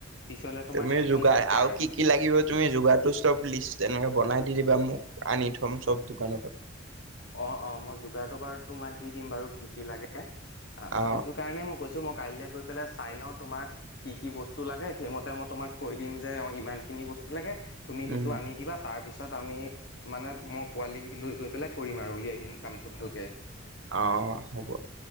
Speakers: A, on the left; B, on the right.
A: পিছলে তোমাৰ
B: তুমি
A: টেনচন
B: যোগাৰ
A: নাথাকে আৰু।
B: কি কি লাগিব তুমি যোগাৰটোৰ চব লিষ্ট এনেক বনাই দি দিবা মো উক, আনি থ'ম চব দোকানৰ পৰা।
A: অ', অ', মই যোগাৰটো বাৰু তোমাক দি দিম বাৰু কি কি লাগে। আ,
B: অ
A: সেইটো কাৰণে মই কৈছো মই কাইলৈ গৈ পেলাই চাই লওঁ তোমাৰ কি কি বস্তু লাগে, সেইমতে মই তোমাক কৈ দিম যে অ' ইমান খিনি বস্তু লাগে তুমি সেইটো
B: উম
A: আনি দিবা, তাৰ পিছত আমি মানে মই পোৱালি লৈ গৈ পেলাই কৰিম আৰু উলিয়াই দিম কামটো ভালকে।
B: অ', হ'ব।